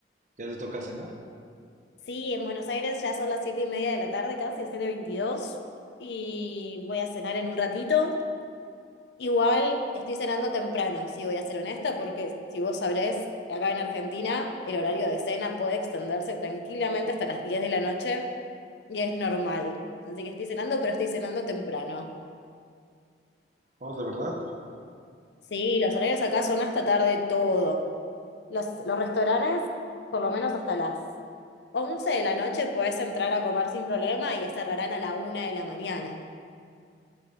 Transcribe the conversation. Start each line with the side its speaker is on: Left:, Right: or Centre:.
Right: ya te toca cenar.
Left: Sí, en Buenos Aires ya son las siete y media de la tarde casi, siete veintidós, Y voy a cenar en un ratito. Igual estoy cenando temprano, si voy a ser honesta, porque si vos sabrés, acá en Argentina el horario de cena puede extenderse tranquilamente hasta las 10 de la noche y es normal. Así que estoy cenando, pero estoy cenando temprano.
Right: Vamos, de verdad.
Left: Sí, los horarios acá son hasta tarde todo. Los, los restaurantes, por lo menos hasta las 11 de la noche, puedes entrar a comer sin problema y cerrarán a la una de la mañana.